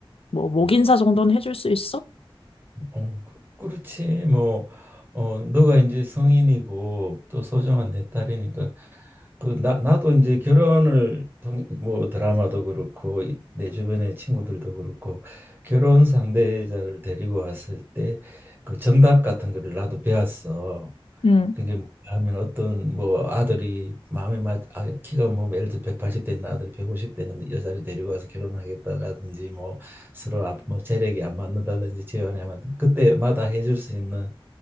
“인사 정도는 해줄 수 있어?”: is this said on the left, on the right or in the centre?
Left